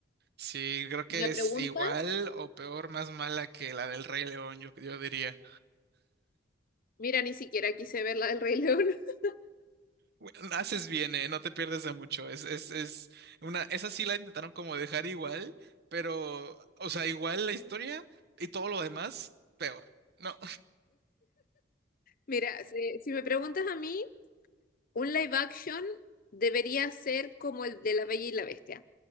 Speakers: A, on the right; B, on the left.
A: Sí, creo que
B: Si me preguntas,
A: es igual o peor, más mala que la del Rey León, yo, yo diría.
B: mira, ni siquiera quise ver la del Rey León. <laughs>
A: Bueno, haces bien, eh, no te pierdes de mucho. Es, es, es una, esa sí la intentaron como dejar igual, pero, o sea, igual la historia y todo lo demás, peor. No.
B: Mira, si, si me preguntas a mí, un live action debería ser como el de La Bella y la Bestia.